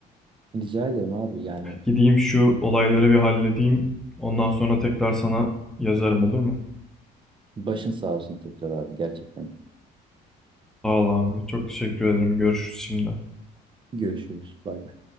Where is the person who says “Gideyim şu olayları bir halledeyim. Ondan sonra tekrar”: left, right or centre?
Centre